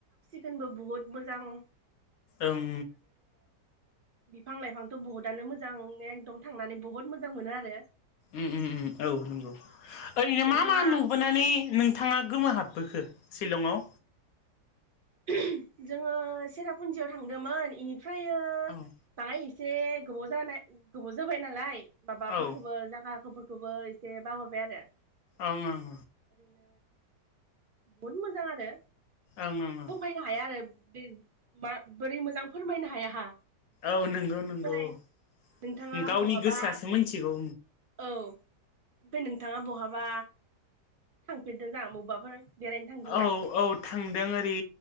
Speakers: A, on the right (about 55°); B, on the left (about 65°).
A: <unintelligible> बहुत, मोजां, !
B: ओम
A: बिफां लाइफांथ' बहुदआनो मोजां एकदम थांनानै बहुत मोजां मोनो आरो
B: उम उम उम औ नंगौ ओरैनो
A: नोंथाङा
B: मा मा नुबोनानै नोंथांंङा गोमोहाब बोखो शिलंङाव
A: उमह जोंङो सेरापुन्जियाव थांदोंमोन इनिफ्रायो
B: औ ओं
A: बांङाय एसे गोबाव जानाय गोबाव जोबाय नालाय माबाफोरखौबो
B: ओं
A: जागा <unintelligible> ' फोरखौबो एसे बावगारबाय आरो
B: ओं ओं
A: ओरैनो बहुद मोजां आरो
B: ओं ओं
A: फोरमायनो हाया आरो बे बा बोरै मोजां फोरमायनो हाया हा
B: औ नंगौ
A: ओमफ्राय
B: नंगौ औ
A: नोंथाङा
B: गावनि
A: बहाबा
B: गोसोआसो मोनथिगौ
A: औ बे नोंथांङा बहाबा थांफेरदों जां मबाफोर बेरायनो थांदों
B: औ
A: ना?
B: औ थांदों ओरै